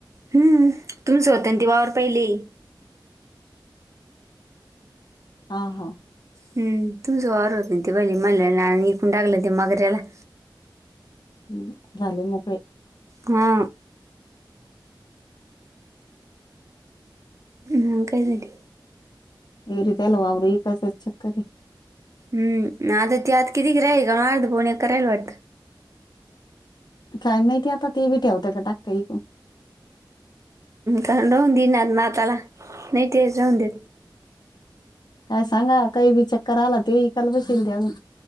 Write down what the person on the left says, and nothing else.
हा हा
ह् झाले मगळे
ए रतल वा एक कसच चक्कररी
काय माहितीय आता ते बी ठेवत का टाकतांक
काय सांगा काही बी चक्कर आला ते वकााल बशल त्या अजून